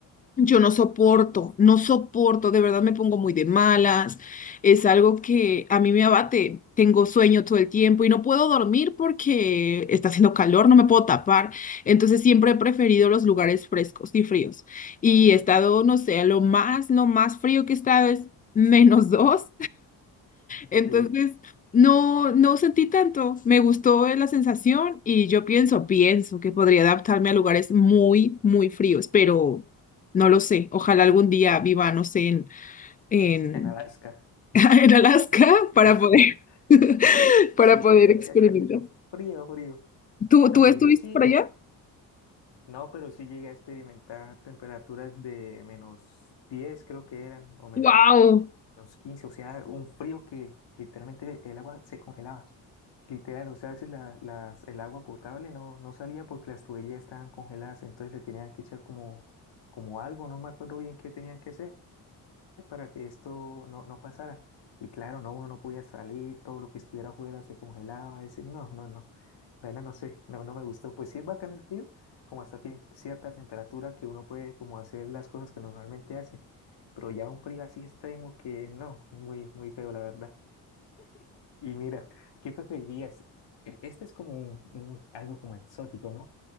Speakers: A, on the left (about 20°); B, on the left (about 60°).
A: Yo no soporto, no soporto, de verdad me pongo muy de malas, es algo que a mí me abate, tengo sueño todo el tiempo y no puedo dormir porque está haciendo calor, no me puedo tapar, entonces siempre he preferido los lugares frescos y fríos y he estado, no sé, lo más, lo más frío que he estado es menos dos entonces,
B: Sí,
A: no, no sentí tanto. Me gustó la sensación y yo pienso, pienso que podría adaptarme a lugares muy, muy fríos, pero no lo sé. Ojalá algún día viva, no sé, en, en,
B: en Alaska.
A: <laughs> en Alaska para
B: <laughs>
A: poder, <laughs> para
B: Sí,
A: poder
B: que allá
A: experimentar.
B: sí hace mucho frío, frío.
A: ¿Tú,
B: No,
A: tú
B: pues
A: estuviste
B: yo sí,
A: por allá?
B: no, pero sí llegué a experimentar temperaturas de menos 10 creo que eran, o men-
A: ¡Wow!
B: menos 15 o sea, un frío que literalmente el agua se congelaba. Literal, o sea, a veces la- las, el agua potable no, no salía porque las tuberías estaban congeladas, entonces le tenían que echar como, como algo, no me acuerdo bien qué tenían que hacer para que esto no, no pasara. Y claro, no, uno no podía salir, todo lo que estuviera afuera se congelaba, ese, no, no, no, la verdad no sé, no, no me gustó. Pues sí es bacán el frío, como hasta tiem- cierta temperatura que uno puede como hacer las cosas que normalmente hace, pero ya un frío así extremo que no, muy, muy feo la verdad. Y mira, ¿qué preferirías? E- Este es como un- un- algo como exótico, ¿no?